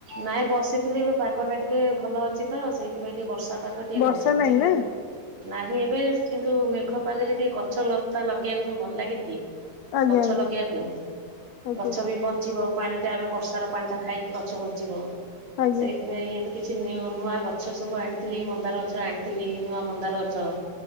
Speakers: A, on the right; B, on the left.
A: ନାଇଁ ବସିଥିଲି ଏବେ ପାଗ ଟା ଟିକେ ଭଲ ଅଛି ତ ସେଇଥିପାଇଁ ଟିକେ ବର୍ଷା ପା ଗ ଟିକେ
B: ବର୍ଷା
A: ଗଛ ପଛ
B: ନାହିଁ
A: ଟିକେ
B: ନା
A: ନାହିଁ ଏବେ କିନ୍ତୁ ମେଘ ପାଗରେ ଟିକେ ଗଛ ଲତା ଲଗେଇବାକୁ ସବୁ ଭଲ ଲାଗେନି କି।
B: ଆଜ୍ଞା
A: ଗଛ
B: ଆଜ୍ଞା
A: ଲଗେଇବାକୁ।
B: ଆଜ୍ଞା
A: ଗଛ ବି ବଞ୍ଚିବ ପାଣି ଟା ଏବେ ବର୍ଷାର ପାଣି ଟା ଖାଇକି ଗଛ ବଞ୍ଚିବ
B: ଆଜ୍ଞା
A: ସେଇଥିପାଇଁ ଏବେ କିଛି ନିଉ ନୂଆ ଗଛ ସବୁ ଆଣିଥିଲି ମନ୍ଦାର ଗଛ ଆଣିଥିଲି ନୂଆ ମନ୍ଦାର ଗଛ